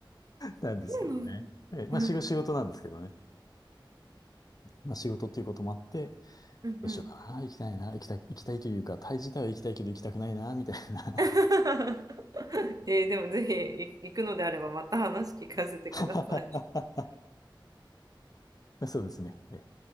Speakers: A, on the left; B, on the right.
A: なんですけどね。
B: そうなん
A: ええ、まあ仕事、
B: だ。
A: 仕事なんですけどね。
B: <laughs>
A: まあ仕事っていうこともあって、
B: うんうん。
A: どうしようかな、行きたいな、行きたい、行きたいというか、タイ自体は行きたいけど行きたくないな、みたいな。
B: <laughs> えーでもぜひい行くのであればまた話聞かせてください。
A: <laughs> そうですね。ええ